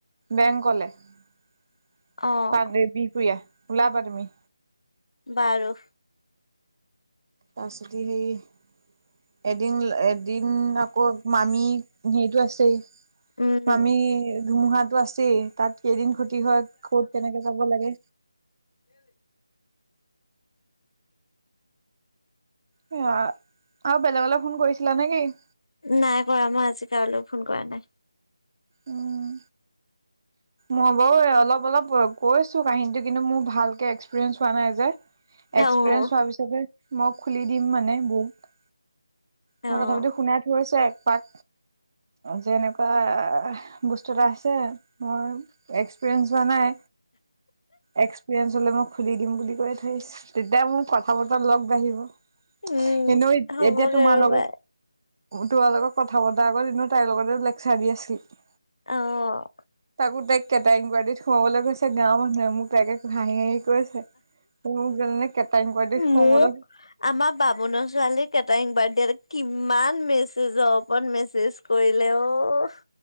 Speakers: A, on the right (about 40°); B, on the left (about 75°).
A: বেংকলে বিহপুৰীয়া
B: অ'
A: ওলাবা তুমি
B: বাৰু
A: তাৰপিছত সেই এডং এ এদিন আকৌ মামী হেৰিতটো আছেই
B: উম,
A: মামী ধুমুহাত টো আছেই তাত কেইদিন ক্ষতি হয় ক'ত কেনেকে যাব লাগে সেয়া আৰু বেলেগলৈ ফোন কৰিছিলা নে কিি
B: নাই কৰা মই আজি কাৰলৈ ফোন কৰা নাই
A: উম'। মই বাৰু অলপ অলপ কৈছো, কাহিনীটো কিন্তু মোৰ ভালকে এক্সপিৰিয়েঞ্চ হোৱা নাই যে। এক্সপিৰিয়েঞ্চ
B: অ'
A: হোৱাৰ পিছতে মই, খুলি দিম মানে বুক। মই
B: অ'
A: তথাপিতো, শুনাই থৈছো এক পাক। যেনেকুৱা, বস্তু এটা আছে, মই এক্সপিৰিয়েঞ্চ হোৱা নাই। এক্স। <unintelligible> মই খুলি দিম বুলি কৈ থৈ আহিছো। তেতিয়া মোক কথা বতৰা লগ বাঢ়িব।
B: উম,
A: কিন্তু
B: হ'বগে
A: এতিয়া তোমাৰ
B: ৰ'বা
A: লগত তোমাৰ লগত কথা পতাৰ আগত কিন্তু তাইৰ লগতে লেকছাৰ দি আছিলো।
B: অহ'।
A: তাকো, তাই কেইটা ইনকুৱাৰী সোমাবলে গৈছে। মানুহে মোক তাকে হাঁহি হাঁহি কৈছে মোক যেনে কেটাঙ কৰা দি। <unintelligible>
B: মোক আমাৰ বামুণৰ ছোৱালী কেটাৰিং পাৰ্টি এটা কিমান, মেছেজৰ ওপৰত মেছেজ কৰিলে অহ'।